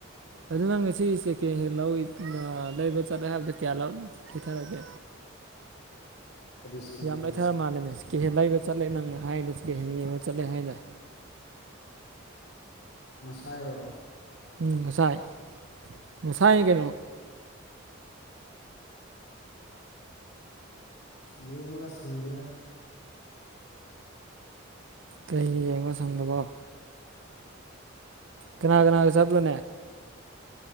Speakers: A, on the right; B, on the left.
A: ꯑꯗꯨ ꯅꯪ ꯉꯁꯤ ꯁꯦꯀꯦꯟ ꯍꯦꯟ ꯂꯧꯏ ꯑ ꯂꯩꯕ ꯆꯠꯂꯦ ꯍꯥꯏꯕꯗ ꯀꯌꯥ ꯂꯧꯅꯣ ꯆꯊꯔꯛꯒꯦ
B: ꯀꯔꯤ ꯏꯁꯀꯦꯟ
A: ꯌꯥꯝ ꯂꯩꯊꯔ ꯃꯥꯜꯂꯦꯅꯦ ꯀꯦꯍꯦꯟ ꯂꯩꯕ ꯆꯠꯂꯦ ꯅꯪꯅ ꯍꯥꯏꯗ ꯀꯦ ꯍꯦꯟ ꯌꯦꯡꯕ ꯆꯠꯂꯦ ꯍꯥꯏꯅꯦ
B: ꯉꯁꯥꯏꯔꯣ
A: ꯎꯝ ꯉꯁꯥꯏ ꯉꯁꯥꯏ ꯀꯩꯅꯣ
B: ꯌꯦꯡꯕꯒ ꯁꯪꯗ‌ꯦꯗ
A: ꯀꯩ ꯌꯦꯡꯉ ꯁꯪꯗꯕꯣ ꯀꯅꯥ ꯀꯅꯥꯒ ꯆꯠꯄ꯭ꯔꯅ‌ꯦ